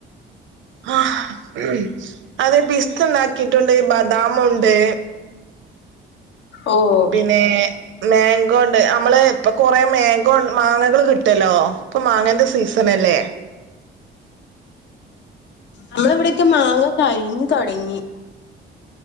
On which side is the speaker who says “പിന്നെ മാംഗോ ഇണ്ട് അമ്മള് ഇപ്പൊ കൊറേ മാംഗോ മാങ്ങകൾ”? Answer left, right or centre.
Right